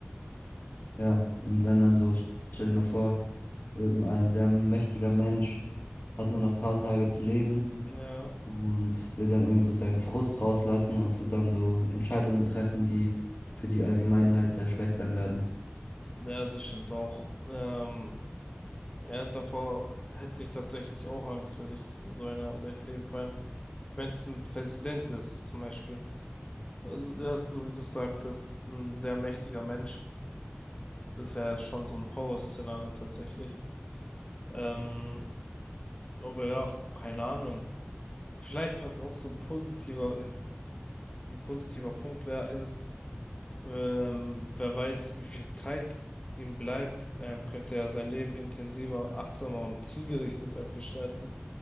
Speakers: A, on the left (about 50°); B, on the left (about 25°).
A: ja, und wenn dann so, stell dir mal vor, irgendein sehr mächtiger Mensch hat nur noch ein paar Tage zu leben
B: ja.
A: und will dann irgendwie so seinen Frust rauslassen und tut dann so Entscheidungen treffen, die für die Allgemeinheit sehr schlecht sein werden.
B: Ja, das stimmt auch. Ähm, ja, davor hätte ich tatsächlich auch Angst, würde ich in so einer Welt leben. Vor allem, wenn es ein Präsident ist, zum Beispiel. Also, ja, so wie du sagtest, ein sehr mächtiger Mensch. Das wäre schon so ein Horrorszenario tatsächlich. Ähm, aber ja, keine Ahnung. Vielleicht, was auch so ein positiver, äh, ein positiver Punkt wäre, ist, ähm, wer weiß, wie viel Zeit ihm bleibt, ähm, könnte er sein Leben intensiver, achtsamer und zielgerichteter gestalten.